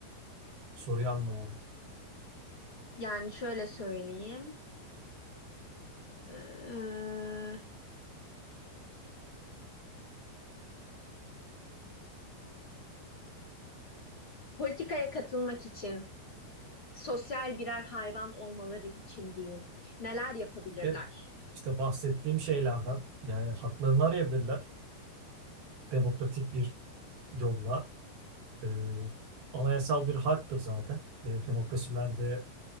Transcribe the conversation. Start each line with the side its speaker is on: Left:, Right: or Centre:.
Right: Soruyu anlamadım.
Left: Yani şöyle söyleyeyim. Ee, politikaya katılmak için sosyal birer hayvan olmaları için diyeyim. Neler yapabilirler?
Right: E, işte bahsettiğim şeylerden yani haklarını arayabilirler demokratik bir yolla. E, anayasal bir haktır zaten. E, demokrasilerde